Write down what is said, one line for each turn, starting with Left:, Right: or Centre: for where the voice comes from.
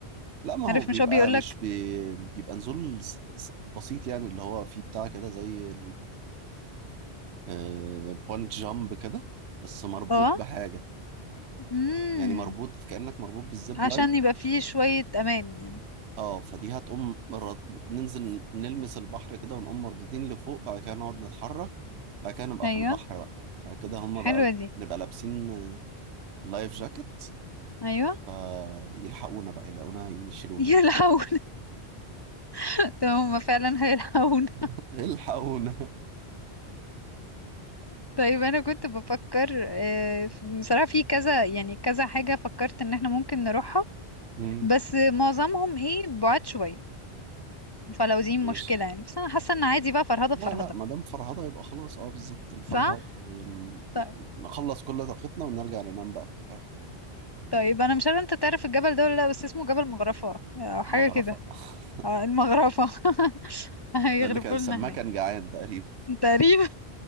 Right: لا ما هو
Left: عارف
Right: بيبقى
Left: مش هو بيقولك
Right: مش بي... بيبقى نزول س- س- بسيط يعني اللي هو فيه بتاع كده زي البونت جامب كده بس مربوط
Left: اه
Right: بحاجة
Left: امم
Right: يعني مربوط كأنك مربوط بالزيب
Left: عشان
Right: لاين
Left: يبقى فيه شوية امان يعني
Right: اه فدي هتقوم مرة ننزل نلمس البحر كده ونقوم مردودين لفوق بعد كده نقعد نتحرك بعد كده نبقى
Left: ايوه
Right: في البحر بقى بعد كده هما
Left: حلوة
Right: بقى
Left: دي
Right: نبقى لابسين آه، لايف جاكيت
Left: ايوه
Right: فيلحقونا بقى يلاقونا يشيلونا
Left: يلحون <laughs> طب هما فعلا هيلحون <laughs>
Right: <laughs> الحقونا
Left: طيب انا كنت بفكر آه، بصراحة في كذا يعني كذا حاجة فكرت ان احنا ممكن نروحها
Right: مم.
Left: بس معظمهم ايه بعاد شوية فلو دي
Right: ماشي
Left: مشكلة يعني بس انا حاسة ان عادي بقى فرهدة
Right: لا
Left: فرهدة
Right: لا ما دام فرهضة يبقى خلاص اه بالظبط نفرهد
Left: صح؟
Right: ون-
Left: طيب.
Right: نخلص كل طاقتنا ونرجع ننام بقى في القاهرة
Left: طيب انا مش عارفه انت تعرف الجبل ده ولا لا بس اسمه جبل مغرفه او حاجه
Right: مغرفة
Left: كده
Right: <laughs>
Left: اه المغرفه <laughs> هيغرفوا
Right: ده اللي كان سماه
Left: لنا هناك
Right: كان جعان تقريبا
Left: تقريبا